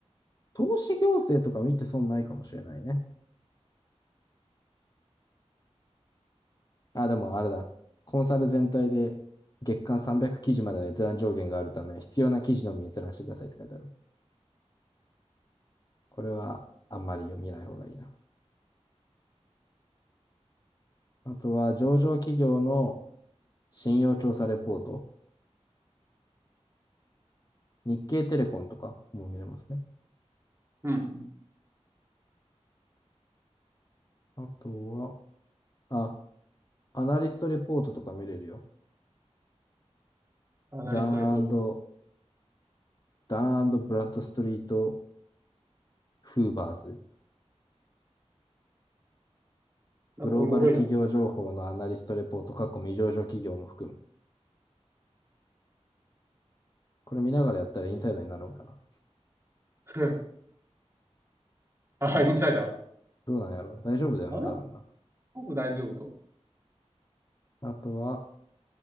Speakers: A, on the left (about 35°); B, on the right (about 25°).
A: 投資行政とか見て損ないかもしれないね。あ、でもあれだ。コンサル全体で月間300記事までの閲覧上限があるため、必要な記事のみ閲覧してくださいって書いてある。これはあんまり読みない方がいいな。あとは上場企業の信用調査レポート。日経テレコンとかも見れますね。
B: うん。
A: あとは、あ、アナリストレポートとか見れるよ。
B: アナリストレポート。
A: ダンダンブラッドストリート・フーバーズ。
B: なんかおもろいな。
A: グローバル企業情報のアナリストレポート、未上場企業も含む。これ見ながらやったらインサイダーになるんかな。
B: <laughs> あ、インサイダー。
A: どうなんやろ大丈夫だよな、
B: あの、
A: 多分な。
B: まず大丈夫と。
A: あとは、